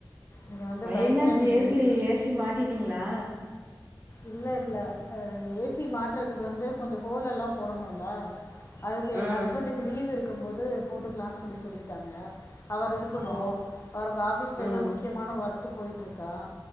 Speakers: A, on the left (about 35°); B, on the right (about 25°).
A: இங்கே வந்து பயங்கர
B: என்னாச்சு
A: இன்னைக்கு
B: ஏசி
A: வெயில்
B: ஏசி மாட்டிட்டீங்ளா
A: இல்ல இல்ல ஏசி மாற்றதுக்கு வந்து கொஞ்ச கோலெல்லா போடனுல அதுக்கு எ
B: ம்
A: ஹஸ்பண்ட்க்கு லீ்வு இருக்கு இருக்கும்போது போட்டுக்லானு சொல்லி சொல்லிட்டாங்க அவர் இருக்கணு
B: ஓ
A: அவருக்கு ஆஃபீஸ்ல
B: ம்
A: ஏதோ முக்கியமான ஒர்க் போயிட்ருக்கா